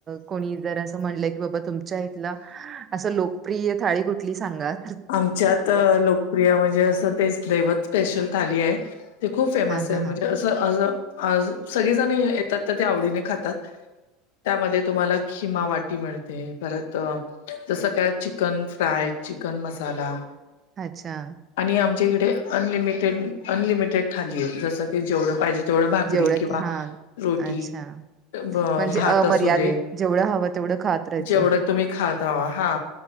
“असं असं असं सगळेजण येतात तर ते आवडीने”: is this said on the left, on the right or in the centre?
Left